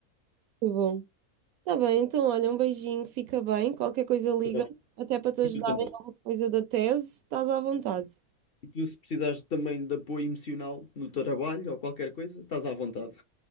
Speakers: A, on the right; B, on the left.
A: Muito bom. Tá bem, então olha, um beijinho, fica bem. Qualquer coisa liga,
B: Tá bem.
A: até para te ajudar
B: E tu também.
A: em alguma coisa da tese, estás à vontade.
B: E tu, se precisares também de apoio emocional no teu trabalho ou qualquer coisa, estás à vontade.